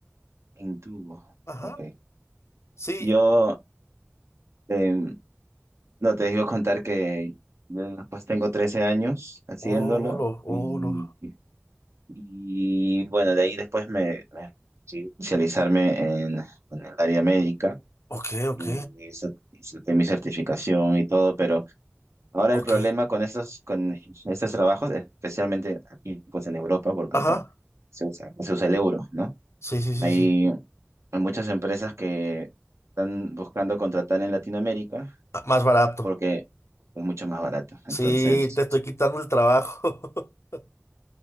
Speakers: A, on the right (about 75°); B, on the left (about 70°).
A: Intubo.
B: Ajá,
A: Ok.
B: sí.
A: Yo, em, no, te iba a contar que yo pues tengo 13 años haciéndolo
B: Oh, lo, oh,
A: y,
B: lo.
A: y, bueno, de ahí después me, me sí, especializarme en, en el área médica
B: Ok, ok,
A: y hice hice mi certificación y todo, pero... Ahora
B: ok.
A: el problema con estos, con estos trabajos, especialmente aquí pues en Europa, porque
B: Ajá,
A: acá se usa, se usa el euro, ¿no?
B: sí, sí, sí,
A: Hay
B: sí.
A: muchas empresas que están buscando contratar en Latinoamérica
B: Ah, Más barato.
A: porque es mucho más barato.
B: Sí,
A: Entonces,
B: te estoy quitando el trabajo. <laughs>